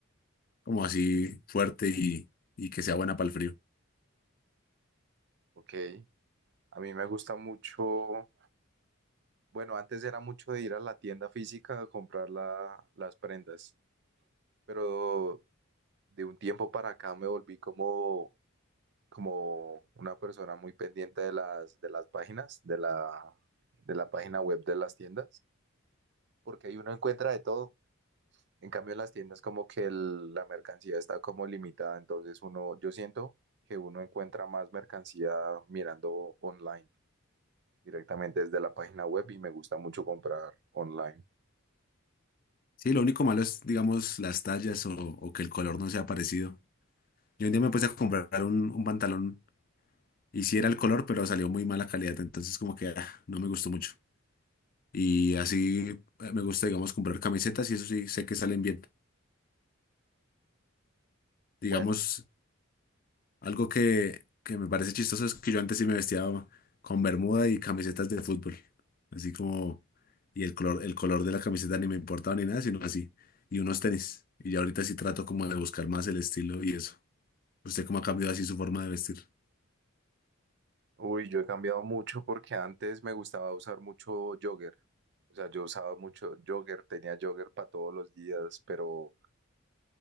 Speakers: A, on the left; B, on the right.
A: como así fuerte y, y que sea buena para el frío.
B: Ok, a mí me gusta mucho, bueno, antes era mucho de ir a la tienda física a comprar la- las prendas, pero de un tiempo para acá me volví como, como una persona muy pendiente de las, de las páginas, de la, de la página web de las tiendas, porque ahí uno encuentra de todo. En cambio, en las tiendas como que el- la mercancía está como limitada, entonces uno, yo siento que uno encuentra más mercancía mirando online, directamente desde la página web y me gusta mucho comprar online.
A: Sí, lo único malo es, digamos, las tallas o, o que el color no sea parecido. Yo un día me puse a comprar un, un pantalón y sí era el color, pero salió muy mala calidad, entonces como que ah, no me gustó mucho. Y así eh, me gusta, digamos, comprar camisetas y eso sí sé que salen bien. Digamos,
B: Bueno,
A: Algo que, que me parece chistoso es que yo antes sí me vestía con bermuda y camisetas de fútbol. Así como, y el color, el color de la camiseta ni me importaba ni nada, sino así. Y unos tenis. Y ya ahorita sí trato como de buscar más el estilo y eso. ¿Usted cómo ha cambiado así su forma de vestir?
B: uy, yo he cambiado mucho porque antes me gustaba usar mucho jogger, o sea, yo usaba mucho jogger, tenía jogger para todos los días, pero